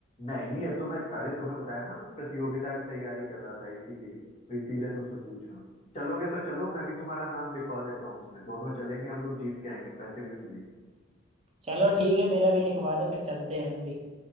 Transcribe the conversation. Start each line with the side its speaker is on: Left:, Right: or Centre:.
Left: नहीं ये तुम्हें अरे तुम्हें बताया ना मैं प्रतियोगिता की तैयारी कर रहा था इसीलिए इसीलिए तुमसे पूछ रहा हूँ चलोगे तो चलो मैं भी तुम्हारा नाम लिखवा देता हूँ उसमें दोनों चलेंगे हम लोग जीत के आएंगे पैसे भी मिलेंगे
Right: चलो ठीक है मेरा भी लिखवा दो फिर चलते हैं हम भी